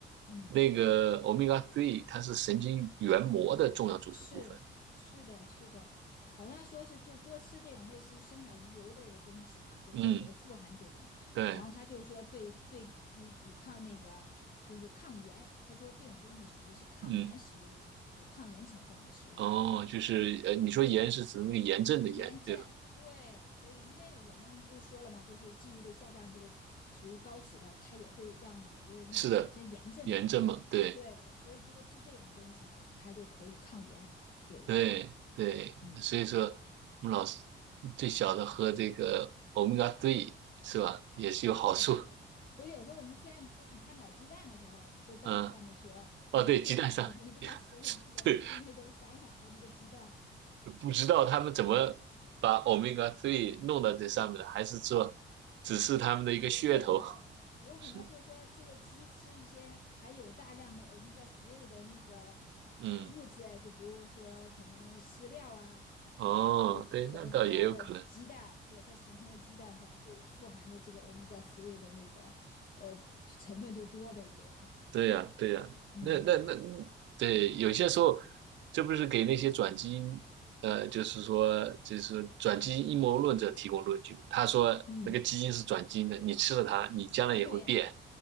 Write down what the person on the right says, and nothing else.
那个 o m e g a 它是神经元膜的重要组成部分。
嗯，对。
嗯。
哦，就是呃，你说炎是指那个炎症的炎，
对吧？
是的，炎症嘛，对
对对，
所以说我们老师最小的喝这个 omega three 是吧，也是有好处。
嗯，哦，对，鸡蛋上面
<laughs> 对，
不知道他们怎么把 omega three 弄到这上面的，还是说只是他们的一个噱头？
<laughs>
是，
嗯，
哦，
对，
那倒也有可能。
对呀，对呀，
那那那，对，有些时候，这不是给那些转基因，呃，就是说，就是转基因阴谋论者提供论据吗？他说那个基因是转基因的，
你吃了它，你将来也会变，